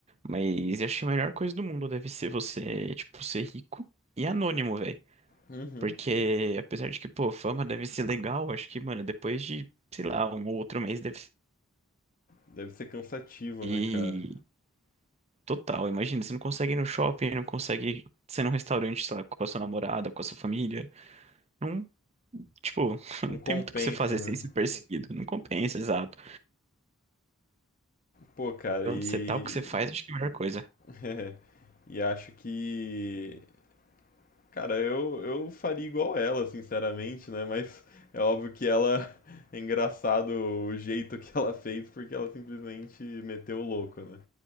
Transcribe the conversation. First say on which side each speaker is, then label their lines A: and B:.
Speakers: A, on the right; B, on the left.
A: Mas acho que a melhor coisa do mundo deve ser você, tipo, ser rico e anônimo, velho.
B: Uhum.
A: Porque, apesar de que, pô, fama deve ser legal, acho que, mano, depois de, sei lá, um ou outro mês deve
B: Deve ser cansativo,
A: ser
B: né, cara?
A: total. Imagina, você não consegue ir no shopping, não consegue ser num restaurante, sei lá, com a sua namorada, com a sua família. não Tipo, <laughs>
B: Não
A: não tem
B: compensa,
A: muito o que você fazer
B: né?
A: sem ser perseguido. Não compensa, exato.
B: Pô, cara,
A: Onde
B: e.
A: você tá, o que você faz, acho que é a melhor coisa.
B: <laughs> e acho que. Cara, eu, eu faria igual ela, sinceramente, né? Mas é óbvio que ela. <laughs> É engraçado o jeito que ela fez, porque ela simplesmente meteu o louco, né?